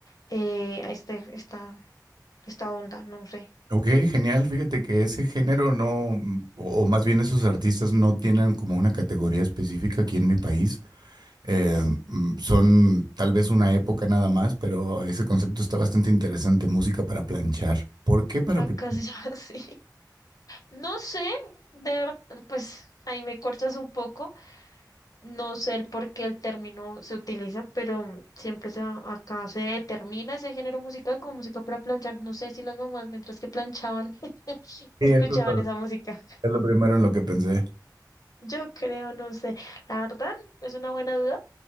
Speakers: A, on the left; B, on the right.
A: eh, a este, esta, esta onda, no sé.
B: Ok, genial. Fíjate que ese género no, mm, o más bien esos artistas no tienen como una categoría específica aquí en mi país. Eh, mm, son tal vez una época nada más, pero ese concepto está bastante interesante, música para planchar. ¿Por qué para
A: Acá
B: planchar?
A: se llama <laughs> así. No sé, de verdad, pues ahí me cortas un poco. No sé el por qué el término se utiliza, pero siempre se, acá se determina ese género musical como música para planchar. No sé si las mamás, mientras que planchaban, <laughs>
B: Sí,
A: escuchaban
B: eso es
A: esa música.
B: Es lo primero en lo que pensé.
A: Yo creo, no sé. La verdad, es una buena duda.